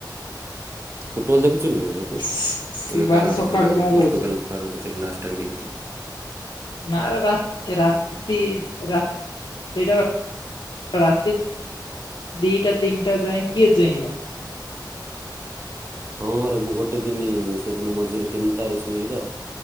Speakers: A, on the right; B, on the left.
A: ଫୁଟୁବଲ ଦେଖୁଚୁନାରେ ହେ ତୁ
B: ଶିବାଜୀ
A: ଏବେ କାର୍ ଗୋଟେ
B: ସକାଳେ
A: ଥିଲା ଯୋଉ
B: କଣ କହୁଛି
A: ପର୍ତ୍ତୁାଗାଲ କାର୍ ଗୋଟେ ଥିଲା ଲାଷ୍ଟ୍ ଟାଇମ୍ ଦେଖିଥିଲି।
B: ନା ଏ ରାତ୍ ରାତି ରା ସେଇଟା ରାତି ଦିଟା ତିନଟା ଯାଏ କିଏ ଚେଇଁବ?
A: ହଁରେ ମୁଁ ଗୋଟେ ଦିନି ସେଦିନ ମଝିରେ ତିନଟାରେ ଶୋଇଲି ତ।